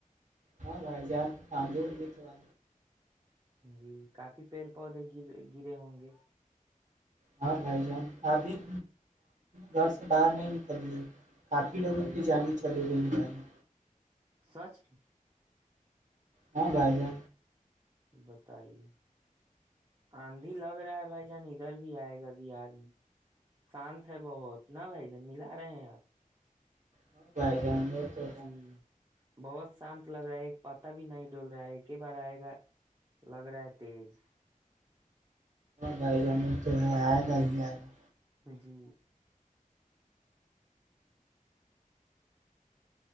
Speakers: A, on the right (about 60°); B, on the right (about 25°).
A: ہاں بھائی جائے آاند بھی بیھ ہے
B: جی کافی پیڑ پودے گر گرے ہوں گے
A: ہاں بھائی جان آدھید گھر سے باہر نہیں نکل ہے کافی لوگوں
B: جی
A: کی
B: بھائی
A: جانے
B: جان
A: چلیے گئی ہیں گاڑی
B: سچ
A: ہاں بائی گا
B: بتائیے آندھی لگ رہا ہے بھائی جان ادھر بھی آئے گا بہار میں شانت ہے بہت ن بھائی جان ملا رہے ہیں آپ
A: ہاں جائے رانیے تو رانی
B: جی بہت شانت لگ رہا ہے ایک پتا بھی نہیں ڈول رہا ہے ایک ہی بار آئے گا لگ رہا ہے تیز
A: بھائی جانے تو آئے گا ہی آئے گا
B: جی